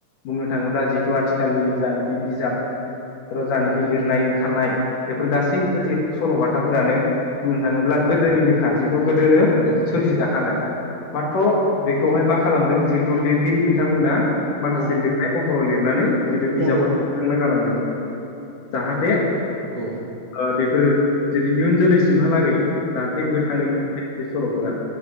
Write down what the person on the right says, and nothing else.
औ
औ
औ
औ
औ